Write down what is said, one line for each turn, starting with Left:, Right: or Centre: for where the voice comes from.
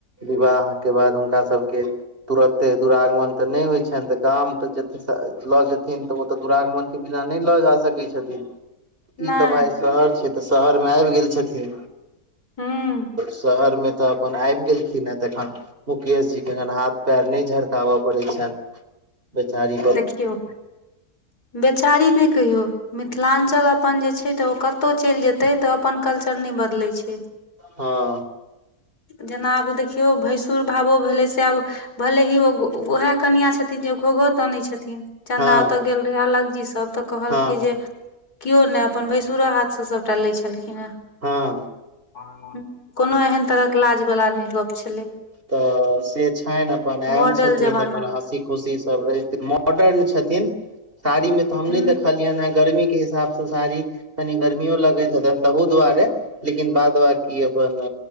Right: विवाह के बाद हुनका सबके तुरत्ते दुरागमन तऽ नै होइ छैन त गाम तऽ जेती स लऽ जेथिन त ओतऽ दुरागमन के बिना नहि लऽ जा सकै छथिन। ई
Left: नहि
Right: तऽ भाय शहर छै तऽ शहर मे आइब गेल छथिन।
Left: हूँ
Right: शहर मे तऽ अप्पन आइब गेलखिन ए तखन मुकेश जी के हाथ पैर नहि झरकाब पड़ै छैन। बेचारी,
Left: देखियौ बेचारी नै कहियौ मिथिलाञ्चल अपन जे छै तऽ ओ कतौ चैल जेतै तऽ अपन कल्चर नै बदलै छै। के। <inaudible>
Right: हँ
Left: जेना आब देखियो भैंसुर भाबो भेलै से आब भले ही ओ गो उहेए कनिया छथिन जे घोघो तन‌ई छथिन चन्दा
Right: हँ
Left: ओतऽ गेल रहै अलग जी सब तऽ कहलकै
Right: हँ
Left: जे कियो ने अपन भैंसुरो हाथ सँ सबटा लै छलखिन। एंह
Right: हँ
Left: कोनो एहन तरहक लाज बला नहि गप छलै।
Right: तऽ से छैन अपन आयल
Left: मॉडल
Right: छथिन
Left: जमाना
Right: अपन हॅंसी खुशी सब रहै छथिन मॉडर्न छथिन साड़ी मे तऽ हम
Left: ह
Right: नै देखलियैन हें। गर्मी के हिसाब स साड़ी कनी गर्मियो लगैत हेतैन तहु दुआरे। लेकिन बाद बांकी अपन